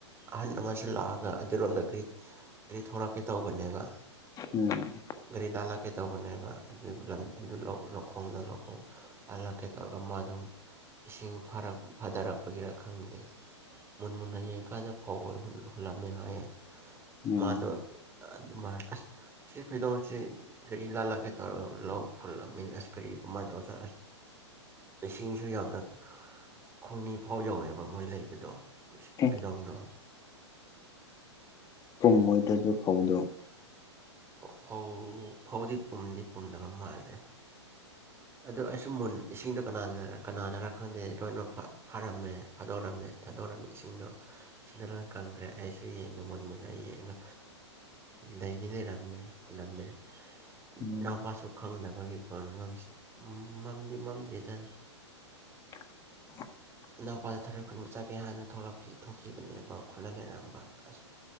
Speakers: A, on the right (about 15°); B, on the left (about 25°).
A: ꯑꯍꯟ ꯑꯃꯁꯨ ꯂꯥꯛꯑꯒꯥ ꯑꯗꯨꯔꯣꯝꯗ ꯀ꯭ꯔꯤ ꯑꯩ ꯊꯣꯔꯛꯀꯦ ꯇꯧꯕꯅꯦꯕꯥ
B: ꯎꯝ
A: ꯒꯥꯔꯤꯗ ꯍꯜꯂꯛꯀꯦ ꯇꯧꯕꯅꯦꯕ ꯑꯗꯨ <unintelligible> ꯂꯧꯈꯣꯡꯗꯣ ꯂꯧꯈꯣꯡꯗꯣ ꯑꯜꯂꯛꯀꯦ ꯇꯧꯔꯒ ꯃꯥ ꯑꯗꯨꯝ ꯏꯁꯤ ꯐꯥꯔꯛ ꯐꯥꯗꯔꯛꯄꯒꯤꯔ ꯈꯪꯗꯦ ꯃꯨꯟ ꯃꯨꯟꯅ ꯌꯦꯡꯀꯥꯟꯗ ꯐꯧ ꯍꯨꯜꯂꯝꯃꯦ ꯍꯥꯏꯌꯦ
B: ꯎꯝ
A: ꯃꯥꯗꯣ <unintelligible> ꯁꯤ ꯐꯩꯗꯣꯝꯁꯦ ꯒꯥꯔꯤ ꯂꯥꯜꯂꯛꯀꯦ ꯇꯧꯔꯒ ꯂꯧ ꯍꯨꯜꯂꯝꯃꯦ ꯑꯁ ꯀꯔꯤ ꯀꯃꯥꯏꯅ ꯇꯧꯔ <unintelligible> ꯆꯤꯡꯁꯨ ꯌꯥꯝꯅ ꯈꯣꯡꯅꯤ ꯐꯥꯎ ꯌꯧꯋꯦꯕ ꯃꯣꯏ ꯂꯩꯕꯗꯣ
B: ꯑꯦ
A: ꯐꯩꯗꯣꯝꯗꯣ
B: ꯄꯨꯝꯃꯣꯏꯗ꯭ꯔꯥ ꯑꯗꯨ ꯐꯧꯗꯣ
A: ꯐꯧ ꯐꯧꯗꯤ ꯄꯨꯝꯗꯤ ꯄꯨꯝꯗꯕ ꯃꯥꯜꯂꯦ ꯑꯗꯨ ꯑꯁꯨꯝ ꯃꯨꯟ ꯏꯁꯤꯡꯗꯣ ꯀꯅꯥꯅ ꯀꯅꯥꯅꯔꯥ ꯈꯪꯗꯦ ꯂꯣꯏꯅꯃꯛ ꯐꯥ ꯐꯥꯔꯝꯃꯦ ꯐꯥꯗꯣꯛꯔꯝꯃꯦ ꯊꯥꯗꯣꯔꯝꯃꯤ ꯏꯁꯤꯡꯗꯣ ꯁꯤꯗ ꯂꯣꯏ ꯀꯪꯈ꯭ꯔꯦ ꯑꯩꯁꯨ ꯌꯦꯡꯉꯦ ꯃꯨꯟ ꯃꯨꯟꯅꯥ ꯌꯦꯡꯉꯒ ꯂꯩꯅꯤ ꯂꯩꯔꯝ- ꯃꯦ ꯍꯨꯜꯂꯝꯃꯦ <unintelligible>
B: ꯎꯝ
A: ꯈꯪꯗꯕꯒꯤ <unintelligible> ꯃꯝꯗꯤ ꯃꯝꯗꯦꯗꯥ
B: <unintelligible>
A: ꯏꯅꯥꯎꯄꯥꯗꯣ ꯊꯥꯔꯣꯏ ꯈꯨꯟꯕ ꯍꯥꯏꯅ ꯊꯣꯛꯂꯛꯈꯤ ꯊꯣꯛꯈꯤꯕꯅꯦꯕ ꯈꯨꯜꯂ ꯂꯩꯔꯝꯕꯥ ꯑꯁ